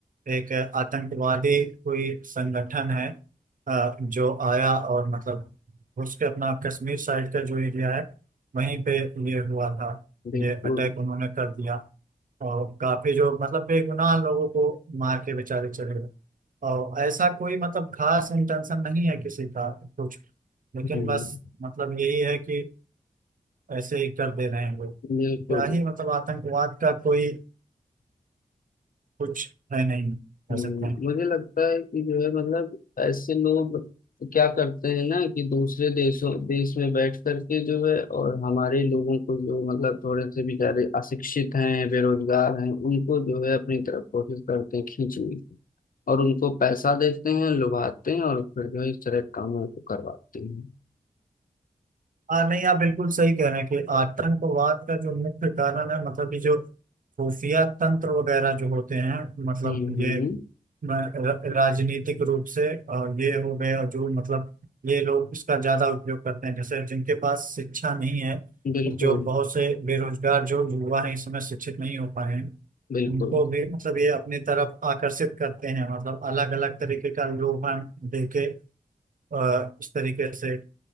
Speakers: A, on the right; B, on the left.
A: एक आतंकवादी कोई संगठन है अ, जो आया और मतलब उसके अपना कश्मीर साइड का जो एरिया है वहीं पे ये हुआ था
B: बिल्कुल
A: ये अटैक उन्होंने कर दिया और काफी जो मतलब बेगुनाह लोगों को मार के बेचारे चले गए और ऐसा कोई मतलब खास इंटेंशन नहीं है किसी का कुछ लेकिन
B: हम्म।
A: बस मतलब यही है कि ऐसे ही कर दे रहे हैं लोग
B: बिल्कुल
A: क्या ही मतलब आतंकवाद का कोई कुछ है नहीं कह
B: हम्म,
A: सकते हैं
B: मुझे लगता है कि जो है मतलब ऐसे लोग क्या करते हैं ना कि दूसरे देशों देश में बैठ करके जो है और हमारे लोगों को जो मतलब थोड़े से बेचारे अशिक्षित हैं बेरोजगार हैं उनको जो है अपनी तरफ कोशिश करते हैं खींचने की और उनको पैसा देते हैं लुभाते हैं और फिर जो है इस तरह के कामों को करवाते हैं
A: हाँ नहीं आप बिल्कुल सही कह रहे हैं कि आतंकवाद का जो मुख्य कारण है मतलब ये जो खुफिया तंत्र वगैरह जो होते हैं मतलब
B: हम्म हम्म
A: ये र- राजनीतिक रूप से और ये हो गए और जो मतलब ये लोग इसका ज्यादा उपयोग करते हैं जैसे जिनके पास शिक्षा नहीं है
B: बिल्कुल
A: जो बहुत से बेरोजगार जो युवा हैं इस समय शिक्षित नहीं हो पाए हैं
B: बिल्कुल
A: उनको भी मतलब ये अपनी तरफ आकर्षित करते हैं मतलब अलग अलग तरीके का लोभन दे के अ, इस तरीके से